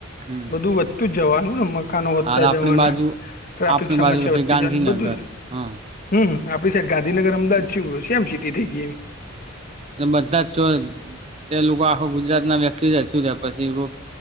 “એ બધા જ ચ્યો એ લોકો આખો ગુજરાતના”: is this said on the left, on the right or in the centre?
Right